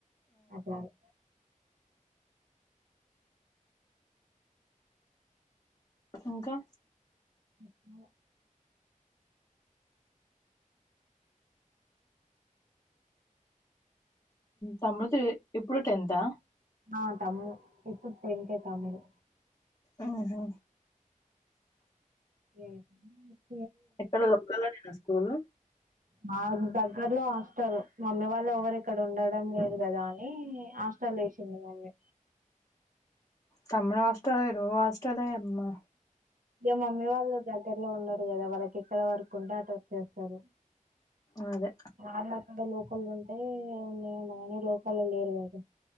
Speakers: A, on the right; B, on the left.
A: అట్లా అని
B: ఇంకా
A: చెప్పాలే
B: తమ్ముడుతు ఇప్పుడు టెన్త్ ఆ
A: ఆ తమ్ము ఇప్పుడు టెన్తే తమ్ముడు.
B: అహా
A: ఎ <unintelligible>
B: ఎక్కడ లోకల్ లోనేనా స్కూల్.
A: మా దగ్గర్లో హాస్టల్ మమ్మీ వాళ్ళు ఎవరు ఇక్కడ ఉండడం లేదు కదా అని హాస్టల్ల ఏసింది మమ్మీ.
B: తమ్ముడు హాస్టలే, నువ్వు హాస్టలే అమ్మా
A: ఇగ మమ్మీ వాళ్ళు దగ్గరలో ఉండరు కదా వాళ్ళకి ఎక్కడ వర్కు ఉంటే అటు వచ్చేస్తరు.
B: అదే
A: నాది అక్కడ లోకల్లో ఉంటే ఉన్నయన్న గాని, లోకల్లో లేరు కదా